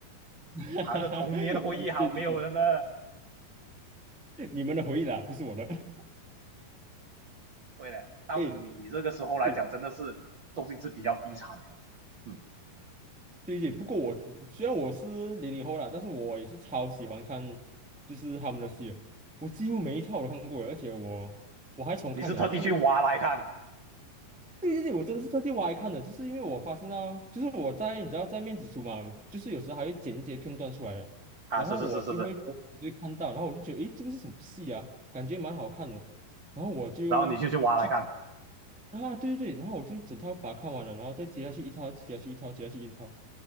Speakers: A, in the centre; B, on the right.
A: <laughs>
B: 还有个童年回忆好没有人的。
A: 对对对，你们的回忆啦，不是我的。<laughs>
B: 对了，到你这个时候来讲，
A: 诶哎，对
B: 真的是周星驰比较低产了。嗯，
A: 对对，不过我虽然我是零零后啦，但是我也是超喜欢看，就是他们的戏的我几乎每一套我都看过的而且我我还重看呢，
B: 你是特地去挖来看
A: 就是对对对，我真的是特地挖来看的，就是因为我发现到，就是我在你知道在面子书嘛，就是有时候还会剪一些片段出来的，
B: 啊？
A: 然后我就会我就会看到，
B: 是是是是是，
A: 然后我就觉得，诶，这个是什么戏啊？感觉蛮好看的，然后我就去
B: 然后你就去挖来看。
A: 啊，对对对，然后我就整套把它看完了，然后再接下去一套，接下去一套，接下去一套。